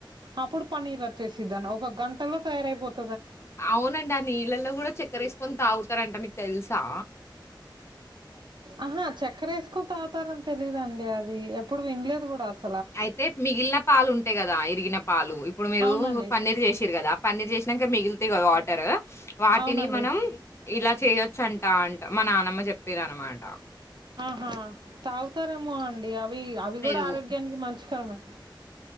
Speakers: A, on the right; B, on the left.
A: అప్పుడు పన్నీరు వచ్చేసిద్దాను ఒక గంటలో తయారైపోత
B: అవునండి ఆ నీళ్ళల్లో కూడా చక్కరేసైకోని తావసం స్తారంట మీకు తెలుసా
A: ఆహా చక్కర వేసుకుని తావుతారని తెలిదండి అది ఎప్పుడు వినలేదు కూడా అస
B: అయితే మిగిలిన పాలు ఉంటాయి కదా ఇరిగిన పాలు ఇప్పుడు మీరు
A: అవునండి
B: పన్నీర్ చేసారు కదా పన్నీర్ చేసినాక మిగిలితాయి కదా వాటర్ వాటిని
A: అవునండి
B: మనం ఇలా చేయచ్చ అండి అంట మా నానమ్మ చెప్పారీనమాట
A: ఆ తాగుతారేమో అండి అవి అవి
B: పెరుగు.
A: కూడా ఆరోగ్యానికి మంచి కరమే